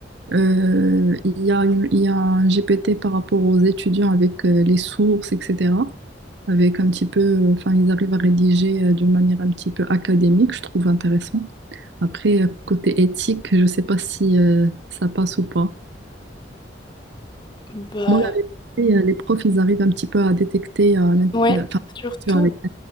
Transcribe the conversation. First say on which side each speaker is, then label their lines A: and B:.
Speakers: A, on the right; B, on the left.
A: Euh, il y a, une- il y a un GPT par rapport aux étudiants avec euh, les sources, etc. Avec un petit peu, euh, enfin, ils arrivent à rédiger euh, d'une manière un petit peu académique, je trouve intéressant. Après, euh, côté éthique, je ne sais pas si euh, ça passe ou pas.
B: Bah,
A: Moi, la vérité, euh, les profs, ils arrivent un petit peu à détecter, euh,
B: ouais.
A: l'in- enfin,
B: Surtout
A: tu vois, avec-